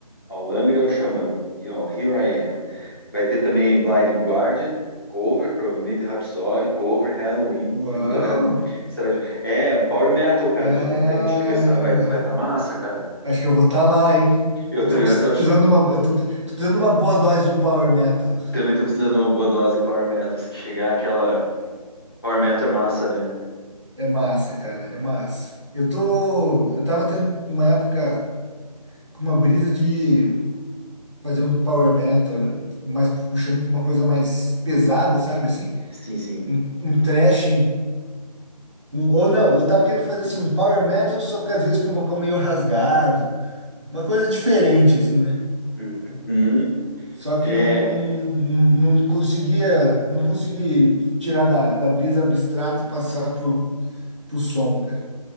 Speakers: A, on the left; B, on the right.
A: ao Angra e ao Xamã. E ao Here I Am. Vai ter também Blind Guardian, cover, provavelmente Rhapsody, cover, Halloween,
B: Uau.
A: tributo a Halloween. Estrada de- É, Power Metal, cara,
B: Ah.
A: dia 31. Acho que vai estar vai, vai tá massa, cara.
B: Acho que eu vou estar lá, hein?
A: Eu
B: Eu
A: também,
B: tô precisando
A: eu tô, ach-
B: uma, eu tô, pre- tô precisando de uma boa dose de power metal.
A: Também tô precisando de uma boa dose de Power Metal, assim, chegar aquela. Power Metal é massa, né?
B: É massa, cara, é massa. Eu tô, eu tava tendo uma época com uma brisa de fazer um power metal, mais puxando pra uma coisa mais pesada, sabe assim?
A: Sim, sim.
B: Um, um thrash, um- ou não, eu tava querendo fazer assim um power metal, só que às vezes com um vocal meio rasgado, uma coisa diferente assim, né?
A: Uhum.
B: Só que
A: É.
B: não, não, não conseguia, não consegui tirar da, da brisa abstrata e passar pro, pro som, cara,